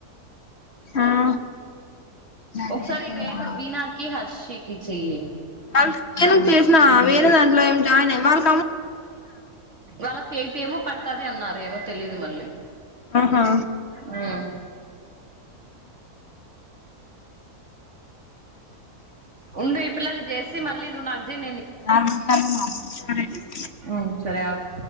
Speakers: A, on the left; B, on the right.
A: ఆ వాల్
B: ఒకసారి వేణు వీణాకి హర్షికి చెయ్యి
A: నేన్ గానీ చేసిన వేరే దాంట్లో ఏమ్ ఆయన ఇవ్వాల్
B: వాళ్ళకి ఎయిటీ ఏమో పడతాది అన్నారు ఏవర్ తెలీదు మళ్ళీ
A: ఆహా
B: ఉమ్. ఉండు ఈ పిల్లది చేసి మళ్ళీ నువ్వు నాకు చెయ్
A: మ్మ్ ఆ <inaudible>
B: హ్మ్ సరే ఆగు